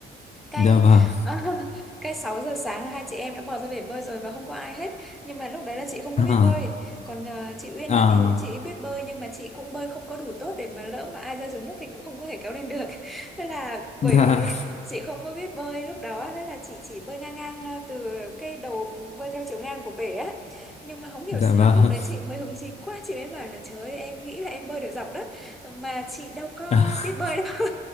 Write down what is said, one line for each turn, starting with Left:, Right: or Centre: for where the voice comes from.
Centre: Cay
Left: dạ vâng
Centre: <laughs> Cay 6 giờ sáng là hai chị em đã bỏ ra bể bơi rồi và không có ai hết nhưng mà lúc đấy là chị không
Left: à,
Centre: có biết bơi còn ờ, chị Uyên
Left: à,
Centre: á thì chị ấy biết bơi nhưng mà chị cũng bơi không có đủ tốt để mà lỡ mà ai rơi xuống nước thì cũng không có thể kéo lên được <laughs> thế là bởi
Left: dạ
Centre: vì <laughs> chị không có biết bơi lúc đó thế là chị chỉ bơi ngang ngang ờ, từ cái đầu bơi theo chiều ngang của bể á nhưng mà không hiểu
Left: dạ
Centre: sao
Left: vâng
Centre: lúc đấy chị mới hứng chí quá chị mới bảo là trời ơi, em nghĩ là em bơi được dọc đó mà chị đâu có
Left: à,
Centre: biết bơi đâu